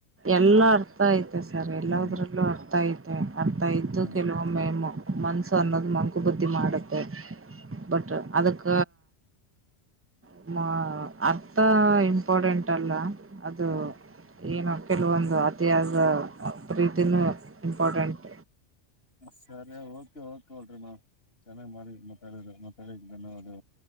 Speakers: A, on the right; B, on the left.
A: ಎಲ್ಲ ಅರ್ಥ ಐತೆ ಸರ್ ಎಲ್ಲದ್ರಲ್ಲೂ
B: ಹ್ಮ್
A: ಅರ್ಥ ಐತೆ ಅರ್ಥ ಇದ್ದು
B: ಹ್ಮ್
A: ಕೆಲವೊಮ್ಮೆಮ ಮನ್ಸು ಅನ್ನೋದು ಮನ್ಕು ಬದ್ಧಿ ಮಾಡತ್ತೆ ಬಟ್ ಅದಕ್ ಈ ಮ ಅರ್ಥ ಇಂಪಾರ್ಟೆಂಟ್ ಅಲ್ಲ ಅದು
B: ಹಾ
A: ಏನು ಕೆಲವೊಂದು ಅತಿಯಾದ ರೀತಿನೂ ಇಂಪಾರ್ಟೆಂಟ್
B: ಸರಿ ಓಕೆ ಓಕೆ ಹೋಲ್ರಿ ಮಾಮ್ ಚೆನ್ನಾಗ್ ಮಾಡಿ ಮಾತಾಡ ಮಾತಾಡ ಧನ್ಯವಾದ